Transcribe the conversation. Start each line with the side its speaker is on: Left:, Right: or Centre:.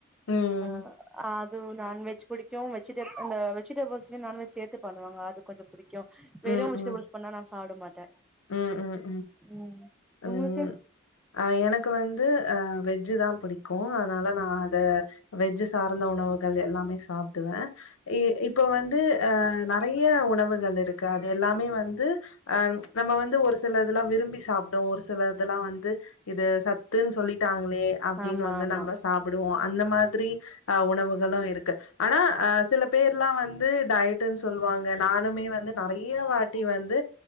Left: ம்
Centre: அ அது நான்வெஜ் பிடிக்கு வெஜிடேப் இந்த வெஜிடபுஸ் நான்வெஜ் சேத்து பண்ணுவாங்க அது கொஞ்சோ புடிக்கு வெறு
Left: ம்
Centre: வெஜிடேபுள்
Left: ம்
Centre: பண்ணா நா சாப்பிட மாட்டே
Left: ம் ம்
Centre: ம்
Left: ம்
Centre: உங்ளுக்கு
Left: அ எனக்கு வந்து அ வெஜ் தா புடிக்கு அதனால நா அத வெஜ் சார்ந்த உணவுகள் எல்லாமே சாப்பிடுவே இ இப்போ வந்து அ நெறைய உணவுகள் இருக்கு அது எல்லாமே வந்து அ ச் நம்ம வந்து ஒரு சில இதெல்லா விரும்பி சாப்டுவோ ஒரு சில இதெல்லா வந்து இது சத்துன்னு சொல்லிட்டாங்களே அப்டின்னு
Centre: ஆமா
Left: வந்து
Centre: ஆமா
Left: நம்ம சாப்பிடுவோ அந்த மாதிரி ஆ உணவுகளு இருக்கு ஆனா ஆ சில பேர்லா வந்து து டயட்னு சொல்லுவாங்க நானுமே வந்து நறைய வாட்டி வந்து